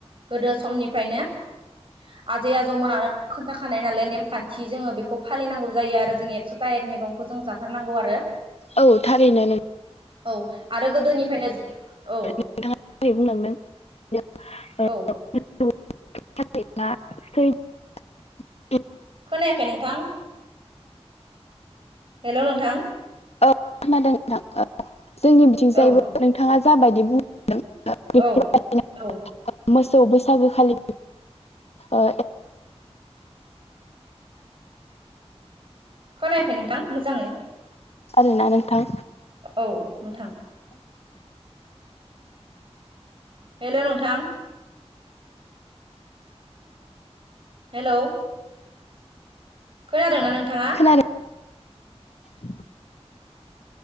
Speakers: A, on the right; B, on the left.
A: गोदो समनिफ्रायनो, आजै आजौमोनानो खोन्थाखानाय नालाय नेमखा थि जोङो बेखौ फालिनांगौ जायो आरो जों एकस'था एक मैगंखौ जों जाथारनांगौ आरो
B: औ थारैनो नों
A: औ आरो गोदोनिफ्रायनो जों औ
B: नोंथाङा दहाय बुंलांदों, <unintelligible>
A: औ खोनायाखै नोंथां हेलौ नोंथां,
B: औ खोनादों नोंथाङ ओ जोंनि बिथिं जायबो
A: औ
B: नोंथाङा जाबायदि बुं <unintelligible>
A: औ औ
B: स' बैसागोखालि ओ
A: खोनाखै नोंथां मोजाङै?
B: आरोना नोंथां,
A: औ नोंथां हेलौ नोंथां हेलौ खोनादोंना नोंथाङा?
B: खोनादों <inaudible>